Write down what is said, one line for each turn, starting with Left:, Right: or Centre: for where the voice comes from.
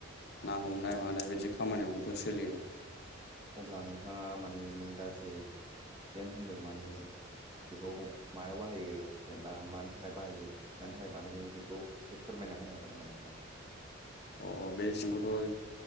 Left: ना हमनाय
Right: औ
Left: मानाय बिदि खामानियावबोथ' सोलियो
Right: अब्ला नोंथाङा माने नों दा जे सेन होनदों माने बेखौ मायाव बाहायो जेनेबा मानि थाखाय बाहायो मानि थाखाय बानायो बेखौ एसे फोर बायना होनो हागोन नामा नोंथाङा?
Left: अ अ बे सिंखौथ' जो